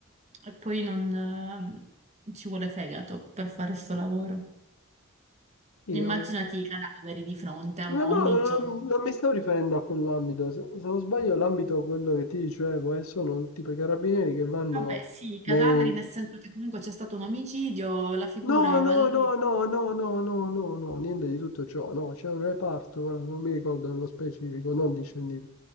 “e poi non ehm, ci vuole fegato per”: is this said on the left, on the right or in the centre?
Right